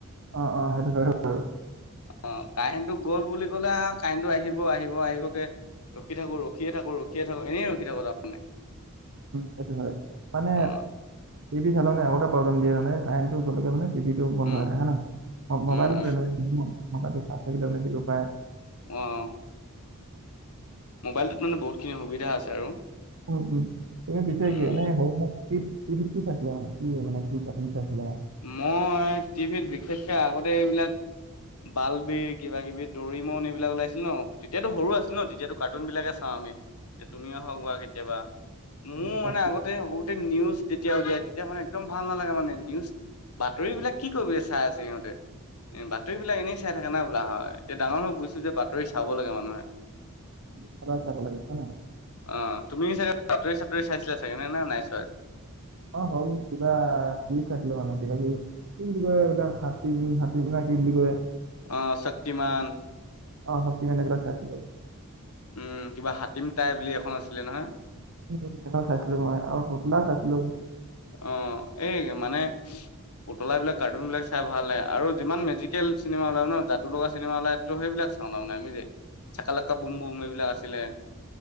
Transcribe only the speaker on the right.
অহ', অহ' সেইটো হয় বাৰু।
সেইটো হয়, মানে
টিভি চালে মিনে আৰু এটা প্ৰব্লেম দিয়ে মানে কাৰেন্টোটো ভালকে মানে টিভিটো বন্ধ
হয়, হয়নে নহয়? মোবাইলটো
তেনেকুৱা, মোবাইলটো চাৰ্জ থাকিলেও মানে দিব পাৰে।
উম', উম'। তুমি পিছে
কি এনেই টিভি কি চাইছিলা মানে, কি মানে কি কাৰ্টোন চাইছিলা।
বা
কি
সদায় চাব লাগে হয় নহয়?
অহ, হ'ল কিবা চিজ আছিলোঁ মানে কিবা-কিবি কি বুলি কয়, এইবিলাক হাতীম-হাকীম না কি বুলি কয়।
অহ, শক্তিমান এইবিলাক চাইছিলোঁ।
উম', অহ' চাইছিলোঁ মই আৰু পুতলা চাইছিলোঁ।